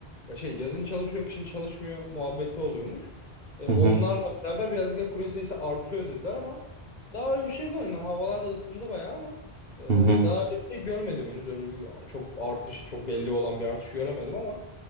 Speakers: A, on the left (about 45°); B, on the right (about 60°).
A: e, şey yazın çalışıyor, kışın çalışmıyor muhabbeti oluyormuş. Ee, onlarla
B: Hı hı.
A: beraber birazcık da kurye sayısı artıyor dediler ama daha öyle bir şey görmedim. Yani havalar da ısındı bayağı ama e,
B: Hı hı.
A: daha öyle bir şey görmedim henüz. Öyle bir çok artış, çok belli olan bir artış göremedim ama.